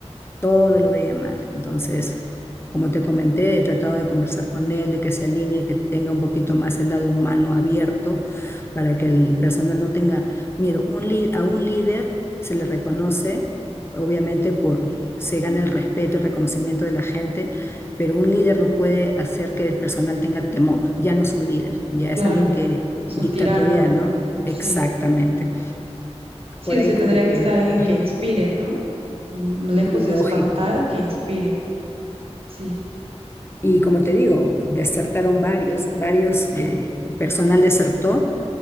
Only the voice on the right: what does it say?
Claro,
es
un tirano,
sí.
Sí,
sí, tendría
que ser alguien
que inspire, ¿no? Mm, Lejos
de espantar, que inspire. Sí,